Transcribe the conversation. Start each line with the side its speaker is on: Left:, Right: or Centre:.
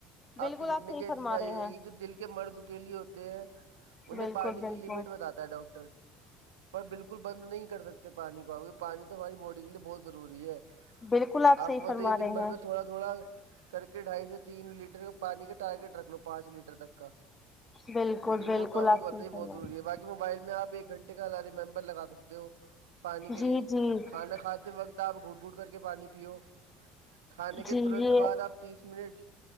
Left: بالکل
Right: آپ کے گھٹنے
Left: صحیح
Right: کی ایسی
Left: فرما
Right: صفائی
Left: رہے
Right: ہوائے
Left: ہیں
Right: گی جو دل کے مرض کے لیے ہوتے ہیں انہیں
Left: بالکل
Right: پانی
Left: بالکل
Right: کی لمٹ بتاتا ہے ڈاکٹر پر بالکل بند نہیں کر سکتا پانی پاؤ گے پانی تو ہماری باڈی کے لیے بہت ضروری ہے
Left: بالکل
Right: آپ
Left: صحیح
Right: کو بتائیے
Left: فرما رہے
Right: دن بھر
Left: ہیں
Right: میں تھوڑا تھوڑا کر کے ڈھائی سے تین لیٹر کا پانی کا ٹارگیٹ رکھ لو پانچ لیٹر تک
Left: بالکل
Right: کیونکہ وہ
Left: بالکل
Right: تو آ
Left: آپ
Right: کو پت
Left: صحیح
Right: ہی بہت
Left: فرما
Right: ضروری
Left: رہے
Right: ہے باقی موبائل میں آپ ایک گھنٹے کا ریممبر لگا سکتے ہو پانی کے
Left: ہیں
Right: لئے
Left: جی جی
Right: کھانا کھاتے وقت آپ گھٹ گھٹ کر کے پانی پیو کھانے کے
Left: جی
Right: ترنت
Left: یہ
Right: بعد آپ تیس منٹ